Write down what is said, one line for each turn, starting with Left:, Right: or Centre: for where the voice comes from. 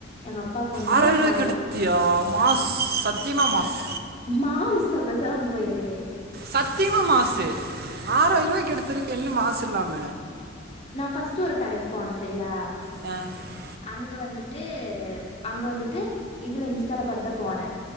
Left: எங்க அப்பாவுக்கு வந்து
Right: ஆறாயிர ரூவாய்க்கு
Left: ரூ.
Right: எடுத்திய மாஸ் சத்தியமா மாஸ்
Left: மாஸ் அ பேசம போய்று
Right: சத்தியமா மாஸ் ஆறாயிர ரூவாய்க்கு எடுத்திருக்கு என்ன மாஸ் இல்லாம
Left: நான் ஃபர்ஸ்ட் ஒரு கடைக்கு போனே சரியா
Right: அ
Left: அங்க வந்துட்டு அங்க வந்துட்டு இதுல இன்ஸ்டால பாத்துதான் போன